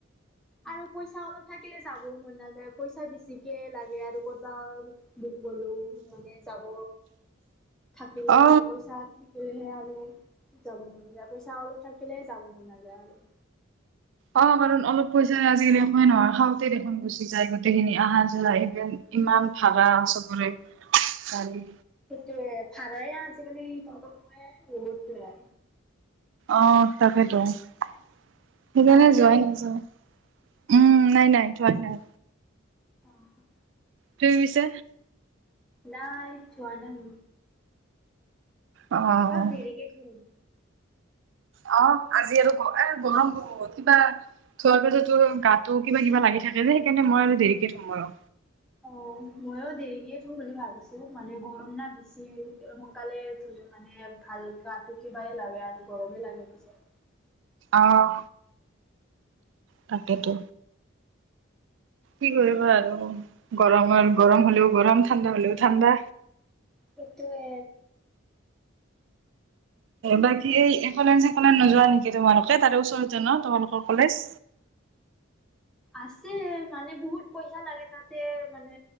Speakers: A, in the centre; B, on the right (about 65°).
A: আৰু পইচা অলপ থাকিলে যাবও মন নাযায় পইচা বেছিকে লাগে আৰু কতবা- মন গলেও মানে যাব, থাকিলেও
B: অ
A: মানে পইচা- বুলিহে আৰু, যাব মন যায় পইচা অলপ থাকিলে যাব মন নাযায় আৰু।
B: অ' বাৰু অলপ পইচা আজিকালি সমাই নহয় খাওঁতে দেখোন গুচি যায় গোটেইখিনি আহা যোৱা ই ইমান ভাৰা চবৰে, কালি।
A: সেইটোয়ে ভাৰাই আজিকালি বহুত লয়।
B: অহ তাকেইতো, সেইকাৰণে
A: গা ধূলি?
B: যোৱাই নাযায়। উম নাই নাই যোৱাই নাই।
A: অহ।
B: তুমি পিছে?
A: নাই যোৱা নাই।
B: অ
A: অলপ দেৰিকে ধুম।
B: অ আজি আৰু এ গৰম বহুত কিবা- ধোৱাৰ পিছতো গাতটো কিবা কিবা লাগি থাকে যে সেইকাৰণে মই অলপ দেৰিকে ধুম আৰু।
A: অ ময়ো দেৰিকে ধুম বুলি ভাবিছো মানে গৰম না বেছি সোনকালে ধুলে- মানে ভাল গাটো কিবাই লাগে আৰু গৰমে লাগে পিছে।
B: অহ। তাকেতো। কি কৰিবা আৰু, গৰমৰ গৰম হ'লেও গৰম ঠাণ্ডা হ'লেও ঠাণ্ডা।
A: সেইটোৱে।
B: বাকী এই একলেন চেকলেন নোযোৱা নেকি তোমালোকে তাৰে ওচৰতে না তোমালোকৰ কলেজ।
A: আছে মানে বহুত পইচা লাগে তাতে মানে